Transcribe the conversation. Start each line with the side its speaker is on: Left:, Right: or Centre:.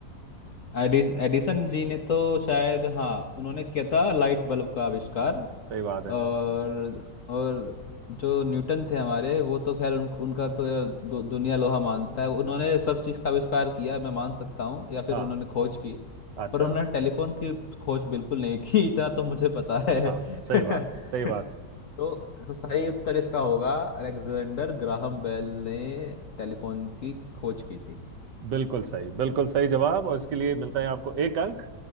Left: एडि, एडिसन जी ने तो शायद हाँ उन्होंने किया था लाइट बल्ब का आविष्कार
Right: सही बात है
Left: और और जो न्यूटन थे हमारे वो तो खैर उन, उनका तो दु, दुनिया लोहा मानता है उन्होंने सब चीज़ का आविष्कार किया मैं मान सकता हूँ या फिर
Right: हाँ
Left: उन्होंने खोज की
Right: अच्छा
Left: पर उन्होंने टेलीफोन की खोज बिल्कुल नहीं की इतना तो मुझे पता है
Right: हाँ सही
Left: <laughs>
Right: बात सही बात है
Left: तो तो सही उत्तर इसका होगा अलेक्जेंडर ग्राहम बेल ने टेलीफोन की खोज की थी
Right: बिल्कुल सही बिल्कुल सही जवाब और इसके लिए मिलता है आपको एक अंक